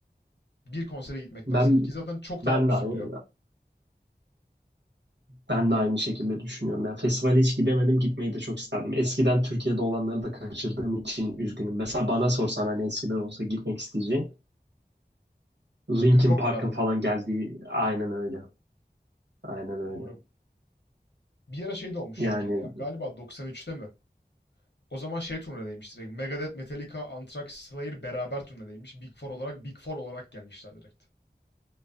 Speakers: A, on the left; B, on the right.
A: Bir konsere gitmektense.
B: Ben
A: Ki zaten çok
B: ben
A: daha ucuz
B: de aynı
A: oluyor.
B: ben de aynı şekilde düşünüyorum. Ya festivale hiç gidemedim, gitmeyi de çok isterdim. Eskiden Türkiye'de olanları da kaçırdığım için üzgünüm. Mesela
A: Evet.
B: bana sorsan hani eskiden olsa gitmek isteyeceğim. Linkin
A: Rock'n'Coke
B: Park'ın
A: mu derdin?
B: falan geldiği aynen öyle. Aynen öyle.
A: Doğru. Bir ara şey de olmuş
B: Yani
A: Türkiye'de ya. Galiba 93'te mi? O zaman şey turnedeymiş direkt. Megadeth, Metallica, Anthrax, Slayer beraber turnedeymiş. Big Four olarak, Big Four olarak gelmişler direkt.